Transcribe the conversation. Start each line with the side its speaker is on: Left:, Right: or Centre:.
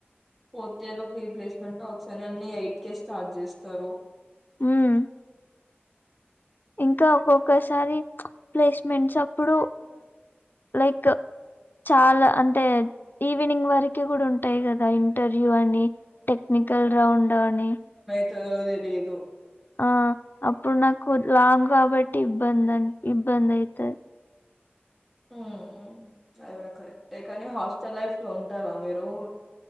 Centre: ఫోర్త్ ఇయర్ లో ప్రీప్లేస్మెంట్ ఒకస్ ఓన్లీ ఎయిట్ కేే స్టార్ట్ చేస్తారు
Left: ఉం ఇంకా ఒక్కొక్కసారి ప్లేస్మెంట్స్ అప్పుడు లైక్ చాలా అంటే ఈవినింగ్ వరకి కూడా ఉంటాయి కదా ఇ ఇంటర్వ్యూ అని టెక్నికల్ రౌండ్ అని
Centre: తదో తెలిదు
Left: ఆ అప్పుడు నాకు లాంగ్ కాబట్టి ఇబ్బందని ఇబ్బంది అయితది
Centre: ఉం ఉం అది కూడా కరెక్టే కానీ హాస్టల్ లైఫ్ లో ఉంటారా మీరు